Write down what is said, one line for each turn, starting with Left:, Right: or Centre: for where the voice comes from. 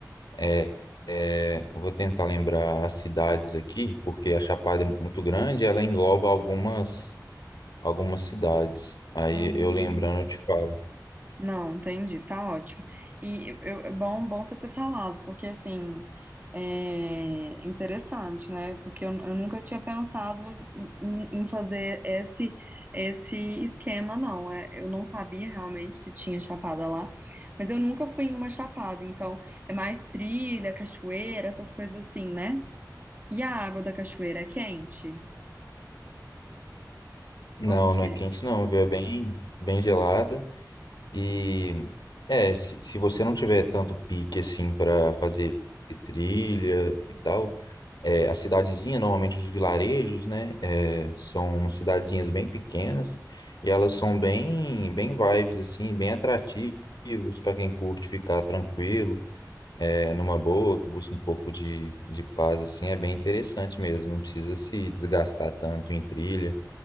Left: É, é, eu vou tentar lembrar as cidades aqui, porque a Chapada é muito grande, ela engloba algumas, algumas cidades. Aí
Right: hum.
Left: eu lembrando, eu te falo.
Right: Não, entendi, tá ótimo. E eu, é bom, bom você ter falado, porque assim, é interessante, né? Porque eu, eu nunca tinha pensado em, em- em fazer esse esse esquema, não. É, eu não sabia realmente que tinha chapada lá, mas eu nunca fui em uma chapada, então é mais trilha, cachoeira, essas coisas assim, né? E a água da cachoeira é quente?
Left: Não,
Right: Como que
Left: não é
Right: é?
Left: quente não, viu? É bem, bem gelada. E é, se, se você não tiver tanto pique assim para fazer trilha e tal, é, a cidadezinha, normalmente os vilarejos, né, é, são umas cidadezinhas bem pequenas e elas são bem, bem vibes assim, bem atrativos para quem curte ficar tranquilo, é, numa boa, que busca um pouco de, de paz assim, é bem interessante mesmo, não precisa se desgastar tanto em trilha